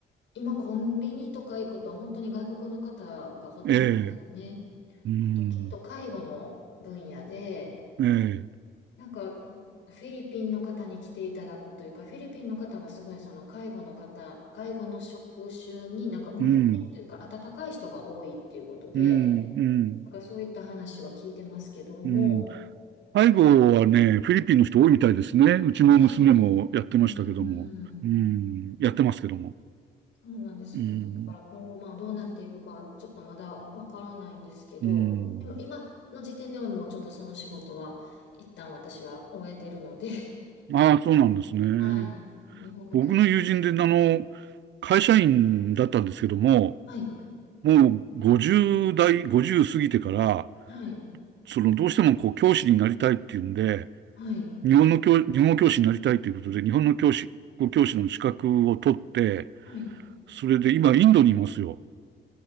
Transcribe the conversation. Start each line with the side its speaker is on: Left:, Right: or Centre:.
Left: 今コンビニとか行くと本当に外国の方がほとんどですよね。
Right: ええ。うーん。
Left: あときっと介護の分野で、
Right: ええ。
Left: なんか、フィリピンの方に来ていただくというか、フィリピンの方がすごいその介護の方、介護の職種になんか向いてるというか、
Right: うん。
Left: 温かい人が多いっていうことで、
Right: うん。うん。
Left: なんかそういった話は聞いてますけども、
Right: うん。背後はね、フィリピンの人多いみたいですね。うちの娘もやってましたけども。
Left: ねえ、うん、
Right: うーん。やってますけども。
Left: そうなんですよね。
Right: うーん。
Left: だから今後まあどうなっていくか、ちょっとまだわからないんですけど、
Right: うーん。
Left: でも今の時点ではもうちょっとその仕事は、一旦私は終えてるので
Right: ああ、そうなんですね。
Left: <laughs> はい、日本語教師。
Right: 僕の友人で、あの、会社員だったんですけども、
Left: はい、
Right: もう50代、50過ぎてから、
Left: はい、
Right: その、どうしてもこう、教師になりたいっていうんで、
Left: はい。
Right: 日本の教、日本語教師になりたいということで、日本の教師、教師の資格を取って、
Left: はい。
Right: それで今、インドにいますよ。